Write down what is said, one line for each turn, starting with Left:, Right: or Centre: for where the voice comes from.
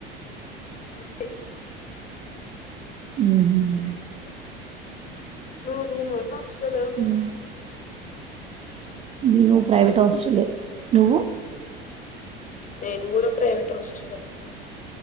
Left: బ
Right: మ్మ్.
Left: స నువు రూమా హాస్టల
Right: మ్మ్. నేను ప్రైవేట్ హాస్టలే నువ్వు
Left: నేను కూడా ప్రైవేట్ హాస్టలే